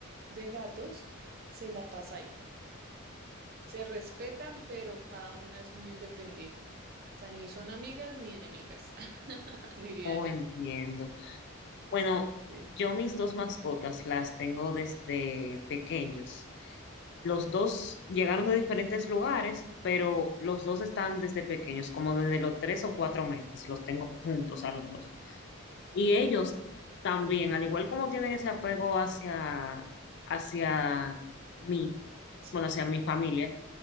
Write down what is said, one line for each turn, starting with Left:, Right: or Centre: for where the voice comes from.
Right: gatos se la pasa ahí. Se respetan, pero cada una es muy independiente. O sea, ni son amigas ni enemigas, <laughs> diría
Left: Oh,
Right: yo.
Left: entiendo. Bueno,
Right: Sí.
Left: yo mis dos mascotas las tengo desde pequeños. Los dos llegaron de diferentes lugares, pero los dos están desde pequeños, como desde los tres
Right: Mm,
Left: o cuatro meses, los tengo juntos a los dos. Y ellos también, al igual como tienen ese apego hacia, hacia mi
Right: Sí,
Left: bueno, hacia mi familia,